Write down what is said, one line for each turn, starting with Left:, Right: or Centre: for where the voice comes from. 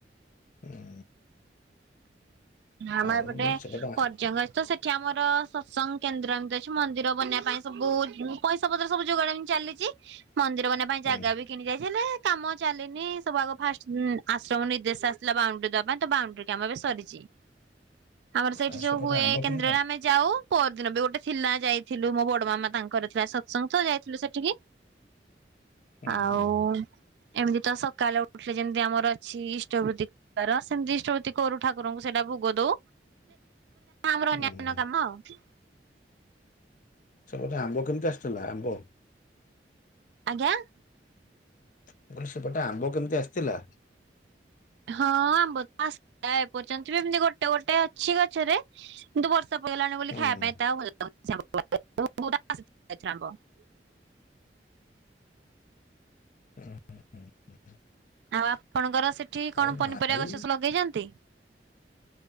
Left: ହୁଁ।
Right: ଆମର
Left: ଆଉ
Right: ଏପଟେ
Left: ସେପଟେ ଆ-
Right: ପର୍ଯଙ୍ଗ ଅଛି ତ ସେଠ ଏଠି ଆମର ସତ୍ସଙ୍ଗ କେନ୍ଦ୍ର ଏମିତି ଅଛି ମନ୍ଦିର ବନେଇବା ପାଇଁ ସବୁ ପଇସା ପତ୍ର ସବୁ ଯୋଗାଡ ଏନ୍ତି ଚାଲିଛି ମନ୍ଦିର ବନେଇବା ପାଇଁ
Left: ହୁଁ
Right: ଜାଗା ବି କିଣି ଯାଇଛି ହେଲେ କାମ ଚାଲିନି ସବୁ ଆଗ ଫାଷ୍ଟ ଆଶ୍ରମ ନିର୍ଦ୍ଦେଶ ଆସିଲା ବାଉଣ୍ଡରି ଦବା ପାଇଁ ତ ବାଉଣ୍ଡରି କାମ ଏବେ ସରିଛି। ଆମର ସେଇଠି
Left: ଆଉ
Right: ଯୋଉ
Left: ସେପଟେ
Right: ହୁଏ
Left: ଆମ୍ବ
Right: କେନ୍ଦ୍ରରେ
Left: କେମିତା?
Right: ଆମେ ଯାଉ ପରଦିନ ବି ଗୋଟେ ଥିଲା ଯାଇଥିଲୁ ମୋ ବଡ ମାମା ତାଙ୍କର ଥିଲା ସତ୍ସଙ୍ଗ ତ ଯାଇଥିଲୁ ସେଠିକି।
Left: ହୁଁ
Right: ଆଉ।
Left: ହୁଁ
Right: ଏମିତି ତ ସକାଳେ ଉଠିଲେ ଯେମିତି ଆମର ଅଛି ଇଷ୍ଟବୃତ୍ତିିବାର ସେମିତି ଇଷ୍ଟବୃତ୍ତି କରୁ ଠାକୁରଙ୍କୁ ସେଇଟା ଭୋଗ ଦଉ ଆମର
Left: ହୁଁ
Right: ଅନ୍ୟାନ୍ୟ କାମ ଆଉ।
Left: ସେବଟେ ଆମ୍ବ କେମିତି ଆସିଥିଲା ଆମ୍ବ?
Right: ଆଜ୍ଞା।
Left: କହିଲ ସେପଟେ ଆମ୍ବ କେମିତି ଆସିଥିଲା?
Right: ହଁ ଆମ୍ବ ଆସ ଏପର୍ଯ୍ୟନ୍ତ ବି ଏମିତି ଗୋଟେ ଗୋଟେ ଅଛି ଗଛରେ କିନ୍ତୁ ବର୍ଷ ସବଗଲାଣି ବୋଲି
Left: ହୁଁ
Right: ଖାଇବା ପାଇଁ ଏତେ ଆଉ ଭଲ ଲାଗୁନି। <unintelligible> ଏଥର ଆମ୍ବ।
Left: ହ ହଁ ହଁ
Right: ଆଉ ଆପଣଙ୍କର ସେଠି
Left: ଆଉ
Right: କଣ ପନିପରିବା
Left: ଭାଇ
Right: ଗଛ ସବୁ ଲଗେଇଛନ୍ତି?